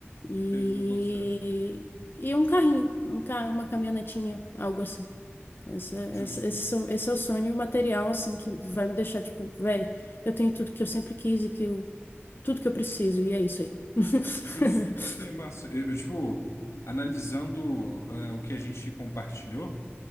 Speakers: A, on the left; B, on the left.
A: E,
B: ok, eu boto fé.
A: e um carrinho, um ca- uma caminhonetinha, algo assim. Essa, essa-
B: Justo.
A: esse, so- esse é o sonho material, assim, que vai me deixar, tipo, véi, eu tenho tudo que eu sempre quis e que eu, tudo que eu preciso, e é isso aí. <laughs>
B: Justo. Ok, massa. Eu, eu, tipo, analisando é, o que a gente compartilhou,